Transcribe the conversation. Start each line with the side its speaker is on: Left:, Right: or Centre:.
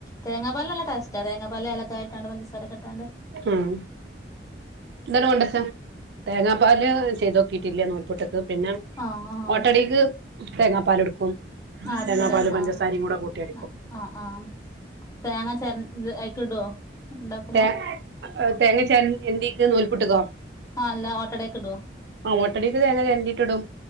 Left: തേങ്ങപാല് നല്ലടേസ്റ്റാ തേങ്ങാപ്പാല് അലക്കയ ഇട്ട്കാണ്ട് പഞ്ചസാരൊക്കെ ഇട്ടാണ്ട്
Right: ഉം ഇതട് കൊണ്ടച്ച തേങ്ങാപ്പാല് ചെയ്തൊക്കിറ്റില്ല നൂൽപുട്ട്ക്ക് പിന്നെ
Left: ആഹ് ആഹ്
Right: ഓട്ടടിക്ക് തേങ്ങാപാല്ടുക്കും
Left: ആ എടുക്കൂലേ
Right: തേങ്ങാപാലും പഞ്ചസാരിം
Left: ആഹ്
Right: കൂടെ കൂട്ടിയടിക്കും
Left: ആഹ് ആഹ് തേങ്ങ ചെരണ്ട് അയിക്ക് ഇടോ ഇണ്ടാക്കുമ്പോ
Right: തേ അഹ് തേങ്ങ ചേര് എന്തി എഹ് നൂൽപുട്ട്ക്കോ
Left: ആ അല്ല ഓട്ടടെക് ഇടോ
Right: ആഹ് ഓട്ടടിക്ക് തേങ്ങ ചെര്ന്റ്റിട്ട്ടും